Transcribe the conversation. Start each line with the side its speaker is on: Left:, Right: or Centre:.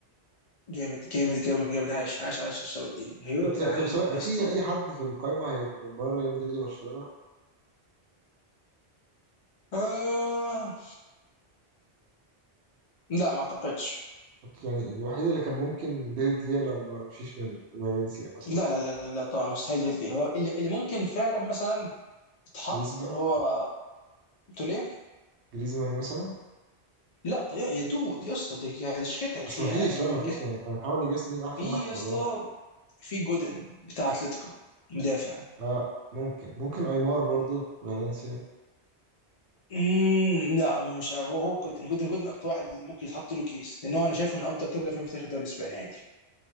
Left: جامد جامد جامد جامد عايش عايش عايش الشوط دي هيرو
Right: طب
Left: يا جدعان
Right: طب سواء
Left: بس
Right: في
Left: طول.
Right: اي حد في القايمة هيبقى من بره ريال مدريد وبرشلونة
Left: آه لا ما اعتقدش
Right: يعني الوحيد اللي كان ممكن ديفيد فيا لما مشيش من فالنسيا مثلا
Left: لا لا لا لا, لا طبعا مستحيل ديفيد فيا هو اللي, اللي ممكن فعلا مثلا اتحط
Right: جريزمان
Left: هو توليه
Right: جريزمان مثلا
Left: لا طيب يا دود يا اسطى دي يعني دي شخيره تاريخيه
Right: بس مفيش
Left: يعني ما
Right: لا مفيش
Left: كان
Right: يعني احنا بنحاول نجس مين احسن
Left: في
Right: واحد
Left: يا
Right: براهم
Left: اسطى في جودن بتاع اتلتيكو مدافع
Right: اه ممكن ممكن ايمار برضو فالنسيا
Left: مم، لا مش هو هو جودن جودن جودن اكتر واحد ممكن يتحط له كيس لان هو انا شايفه من افضل ثلاث مدافعين في تاريخ الدوري الاسباني عادي